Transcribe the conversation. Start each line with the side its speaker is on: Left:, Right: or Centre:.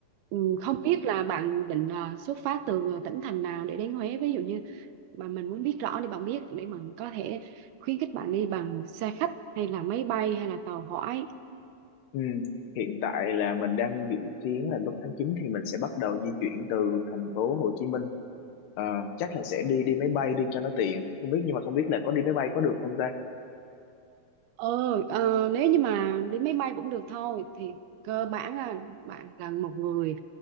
Right: ừ, không biết là bạn định à, xuất phát từ tỉnh thành nào để đến Huế ví dụ như mà mình muốn biết rõ thì bạn biết để mình có thể khuyến khích bạn đi bằng xe khách hay là máy bay hay là tàu hỏa
Left: Ừ. Hiện tại là mình đang dự kiến là lúc tháng 9 thì mình sẽ bắt đầu di chuyển từ thành phố Hồ Chí Minh. Ờ, chắc là sẽ đi đi máy bay đi cho nó tiện. Không biết nhưng mà không biết là có đi máy bay có được không ta?
Right: ờ, ờ, nếu như mà đi máy bay cũng được thôi thì cơ bản là bạn là một người